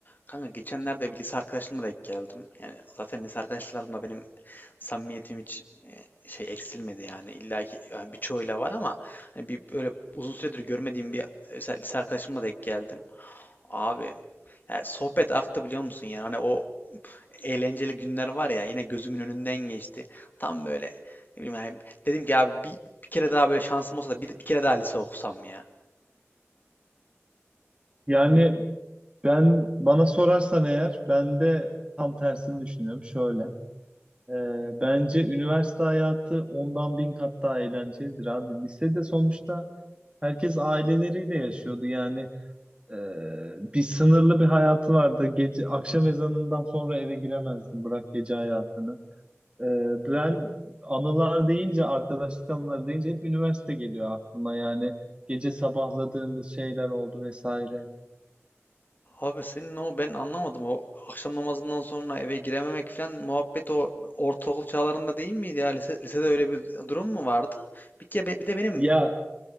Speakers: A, on the left; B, on the right.
A: Kanka geçenlerde bir lise arkadaşımla denk geldim. Yani zaten lise arkadaşlarımla benim samimiyetim hiç e, şey eksilmedi yani. İlla ki yani birçoğuyla var ama hani bir böyle uzun süredir görmediğim bir lise lise arkadaşımla denk geldim. Abi yani sohbet aktı biliyor musun yani hani o eğlenceli günler var ya yine gözümün önünden geçti. Tam böyle ne bileyim yani dedim ki abi bir, bir kere daha böyle şansım olsa da bir, bir kere daha lise okusam ya.
B: Yani ben bana sorarsan eğer ben de tam tersini düşünüyorum. Şöyle. e, bence üniversite hayatı ondan bin kat daha eğlencelidir abi. Lisede sonuçta herkes aileleriyle yaşıyordu. Yani e, bir sınırlı bir hayatı vardı. Gece akşam ezanından sonra eve giremezdin. Bırak gece hayatını. E, ben anılar deyince, arkadaşlık anıları deyince hep üniversite geliyor aklıma. Yani gece sabahladığımız şeyler oldu vesaire.
A: Abi senin o ben anlamadım o akşam namazından sonra eve girememek falan muhabbet o ortaokul çağlarında değil miydi ya Lise- lisede öyle bir durum mu vardı? Bir ke bir de benim
B: Ya